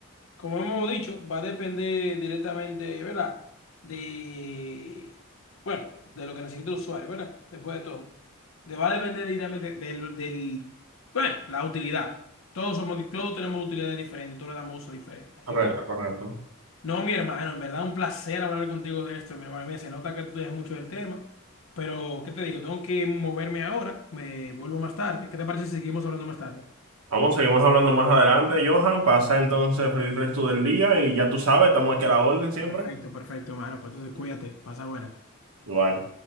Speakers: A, on the left (about 65°); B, on the right (about 85°).
A: Como hemos dicho, va a depender directamente, ¿verdad? De, bueno, de lo que necesite el usuario, ¿verdad? Después de todo. De- va a depender directamente del, del, bueno, la utilidad. Todos somos, todos tenemos utilidades diferentes, todos le damos uso diferente. Así
B: Correcto,
A: que
B: correcto.
A: No, mi hermano, en verdad un placer hablar contigo de esto, mi hermano. Mira, se nota que tú te des mucho del tema, pero ¿qué te digo? Tengo que moverme ahora, me vuelvo más tarde. ¿Qué te parece si seguimos hablando más tarde?
B: Vamos, seguimos hablando más adelante, Johan. Pasa entonces feliz resto del día y ya tú sabes, estamos aquí a la orden siempre.
A: Perfecto, perfecto, hermano. Pues entonces cuídate, pasa buenas.
B: Igual.